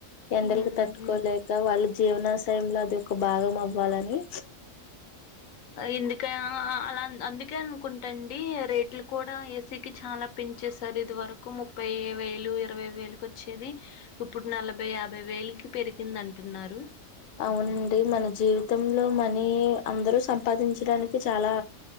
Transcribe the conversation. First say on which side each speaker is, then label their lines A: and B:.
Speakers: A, on the left; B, on the left.
A: ఎండలకి
B: మ్మ్
A: తట్టుకోలేక వాళ్ళ జీవనాశయంలో అది ఒక భాగం అవ్వాలని
B: ఇందుకే ఆ ఆ అలా అందుకే అనుకుంటండి రేట్లు కూడా ఏసీకి చాలా పెంచేసారు ఇది వరకు ముప్పై ఎ వేలు ఇరవై వేలుకి వ చ్చేది ఇప్పుడు నలభై యాభై వేలుకి పెరిగింది అంటున్నారు
A: అవునండి మన జీవితంలో మనీ అందరూ సంపాదించడానికి చాలా